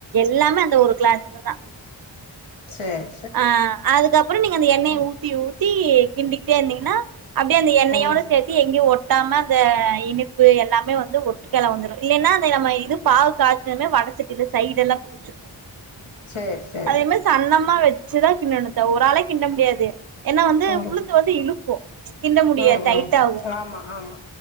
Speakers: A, on the right; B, on the left.
A: எல்லாமே அந்த ஒரு கிளாஸ்லதா
B: செரி
A: ஆ அதுக்கப்புறம் நீங்க அந்த எண்ணெயை ஊத்தி ஊத்தி கிண்டிக்கிட்டே இருந்தீங்கன்னா அப்பிடியே அந்த எண்ணயோடே
B: ம்
A: சேத்து எங்கயும் ஒட்டாம அந்த இனிப்பு எல்லாமே வந்து ஒட்டுக்கல வந்துரும் இல்லைன்னா நம்ம இது பாகு காச்சி வடச்சட்டிலே சைடு எல்லா புடிச்சுக்கும்
B: சேரி சேரி
A: அதேமரி சன்னமா வெச் சீறா கிண்டனு த்தே ஒரு ஆளே கிண்டே முடியாது ஏனா வந்து
B: ம்
A: உளுந்து வந்து இழுக்கும் கிண்டே முடியது
B: ம்
A: டயிட்
B: ம்
A: ஆகும்
B: ஆமா ஆமா